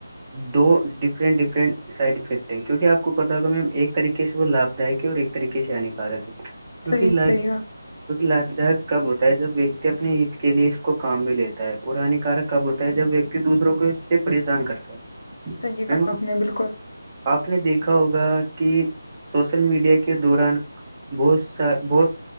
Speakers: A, on the right; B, on the left.
A: دو ڈفرنٹ ڈفرنٹ سائڈ افیکٹ ہے کیوںک آپ کو پتا ہوگا میم ایک طریقے سے وہ لابھ دائک ہے اور ایک طریقے سے ہانیکارک ہے
B: صحیح
A: کٹ ل
B: صحیح
A: <inaudible> ک لابھداک کب ہوتا ہے جب ویکتی اپنے ہت کے لیے اس کو کام بھی لیتا ہے اور ہانیکارک کب ہوتا ہے جب ویکتی دوسروں کو اس سے پریشان کرتا ہے
B: صحیح کہا
A: میم
B: آپ نے بالکل
A: آپ نے دیکھا ہوگا کہ سوشل میڈیا کے دوران بہت س بہت